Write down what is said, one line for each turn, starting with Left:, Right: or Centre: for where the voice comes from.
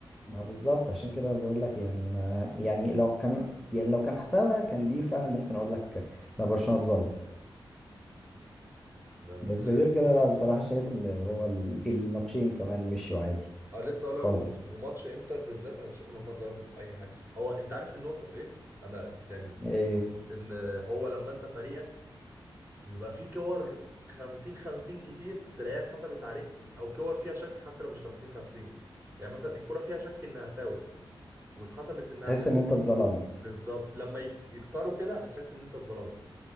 Centre: ما بالظبط عشان كده أنا بقول لك يعني ما يعني لو كان يعني لو كان حسابها كان دي فعلا ممكن اقول لك لا برشلونة اتظلم
Right: بس
Centre: بس
Right: آه،
Centre: غير كده لا بصراحة شايف ان هو ال- الماتشين كمان مشيوا عادي
Right: اه لسه اقول
Centre: خالص
Right: لك، وماتش وماتش انتر بالذات انا مش شايف ان هم اتظلموا في اي حاجه هو انت عارف النقطه في ايه انا يعني
Centre: إيه
Right: ان هو لما انت فريقك بيبقى فيه كور 50 50 كتير تلاقيها اتحسبت عليك او كور فيها شك حتى لو مش 50 50 يعني مثلا الكره فيها شك انها فاول واتحسبت انها
Centre: تحس
Right: فاول
Centre: ان انت اتظلمت
Right: بالظبط لما يك- يكتروا كده هتحس ان انت اتظلمت